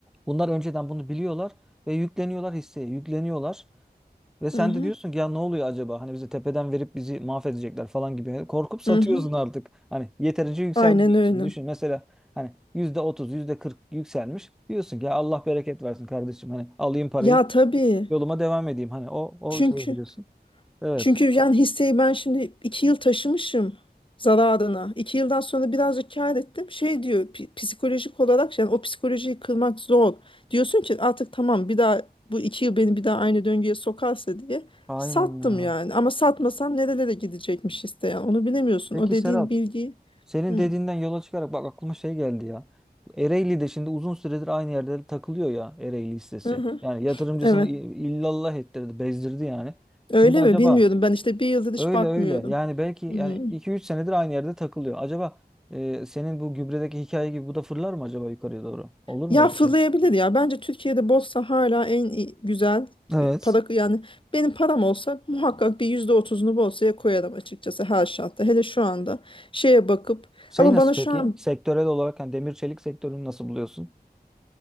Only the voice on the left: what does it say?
Hı hı.
Hı hı.
Aynen
öyle.
Ya tabii.
Çünkü
Çünkü yani hisseyi ben şimdi iki yıl taşımışım zararına. İki yıldan sonra birazcık kâr ettim. Şey diyor pi- psikolojik olarak yani o psikolojiyi kırmak zor. Diyorsun ki artık tamam bir daha bu iki yıl beni bir daha aynı döngüye sokarsa diye
sattım
yani. Ama satmasam nerelere gidecekmiş hisse yani onu bilemiyorsun.
O dediğin
bilgiyi.
Hı.
Hı hı.
Evet.
Öyle
mi? Bilmiyorum. Ben işte bir yıldır hiç
bakmıyorum.
Hı.
Ya
fırlayabilir
ya. Bence Türkiye'de borsa hala en iyi- güzel
para yani benim param olsa muhakkak bir yüzde otuzunu borsaya koyarım açıkçası her şartta. Hele şu anda şeye bakıp
ama
bana
şu an